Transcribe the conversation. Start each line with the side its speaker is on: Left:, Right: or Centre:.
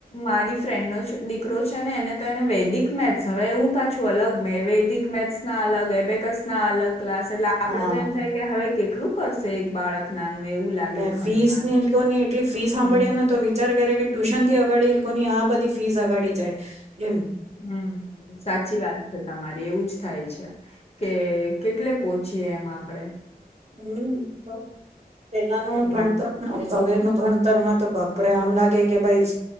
Left: મારી ફ્રેન્ડ ન જ દ દીકરો છે ને એને તો એને વૈદિક મેથ્સ હવે હું તો છું અલગ મેં વૈદિક મેથ્સના અલગ એબેકસ ના અલગ. ક્લાસ એટલે આપડે
Right: હા
Left: તો એમ થાય કે હવે. કેટલું કરશે એક બાળક નાનું. એવું લાગે
Right: ને
Left: ઘણી
Right: ફીસ
Left: વાર
Right: ને <unintelligible> તો ને કેટલી ફીઝ હાંભળીયે
Left: હમ
Right: ને, તો વિચાર કરે કે ટ્યુશનથી અગાડી એ લોકોની આ બધી ફીસ અગાડી જાય એમ
Left: હમ, સાચી વાત છે તમારી. એવું જ થાય છે, કે કેટલે પોંચીએ એમ આપડે.
Right: હમ, તો પેલાનું
Left: હમ
Right: ભણતર ને અવેનું ભણતર તરમાં તો બાપરે અમ લાગે કે ભાઈ